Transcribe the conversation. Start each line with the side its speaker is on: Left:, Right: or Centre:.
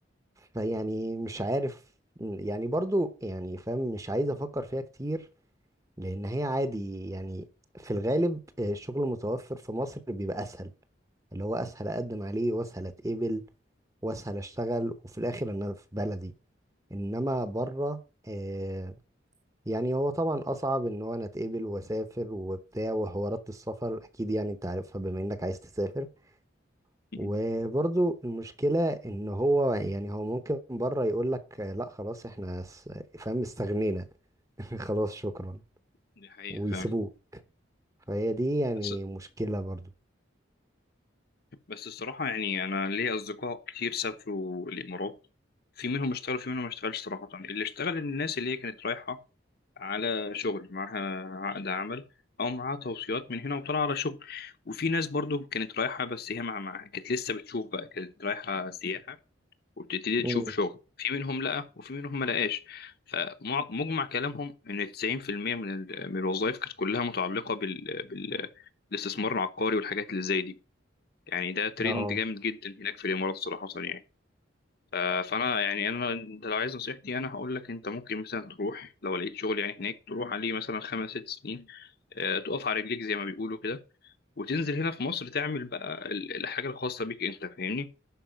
Right: يعني مش عارف يعني برضو يعني فاهم مش عايز افكر فيها كتير لان هي عادي يعني في الغالب الشغل المتوفر في مصر بيبقى اسهل اللي هو اسهل اقدم عليه واسهل اتقبل واسهل اشتغل وفي الاخر انا في بلدي انما بره آه، يعني هو طبعا اصعب ان هو انا اتقبل واسافر وبتاع وحوارات السفر اكيد يعني انت عارفها بما انك عايز تسافر
Left: م-
Right: وبرضو المشكلة ان هو يعني هو ممكن بره يقول لك لا خلاص احنا س- فاهم استغنينا <laughs> خلاص شكرا
Left: دي حقيقة
Right: ويسيبوه فهي دي يعني
Left: فعلا
Right: مشكلة برضو
Left: بس الصراحة يعني أنا ليا أصدقاء كتير سافروا الإمارات في منهم اشتغل في منهم ما اشتغلش صراحة اللي اشتغل الناس اللي هي كانت رايحة على شغل معاها عقد عمل أو معاها توصيات من هنا وطالعة على شغل وفي ناس برضو كانت رايحة بس هي مع معاها كانت لسه بتشوف بقى كانت رايحة سياحة وبتبتدي تشوف
Right: مم.
Left: شغل في منهم لقى وفي منهم ما لقاش فمجمع كلامهم إن 90% من ال- من الوظائف كانت كلها متعلقة بال... بال... بالاستثمار العقاري والحاجات اللي زي دي يعني ده ترند
Right: اه
Left: جامد جدا هناك في الامارات صراحه يعني ف- فانا يعني انا انت لو عايز نصيحتي انا هقول لك انت ممكن مثلا تروح لو لقيت شغل يعني هناك تروح عليه مثلا خمس ست سنين آه، تقف على رجليك زي ما بيقولوا كده وتنزل هنا في مصر تعمل بقى ال- الحاجه الخاصه بيك انت فاهمني